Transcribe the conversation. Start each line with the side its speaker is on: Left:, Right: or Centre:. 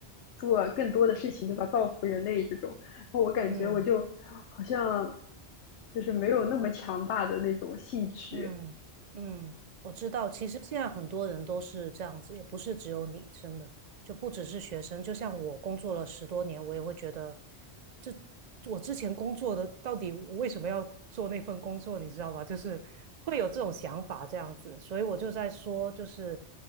Left: 做更多的事情，对吧？造福人类这种，然后我感觉我就好像
Right: 嗯。
Left: 就是没有那么强大的那种兴趣。
Right: 嗯嗯，我知道。其实现在很多人都是这样子，也不是只有你，真的，就不只是学生。就像我工作了十多年，我也会觉得，这我之前工作的到底我为什么要做那份工作，你知道吧？就是会有这种想法这样子。所以我就在说，就是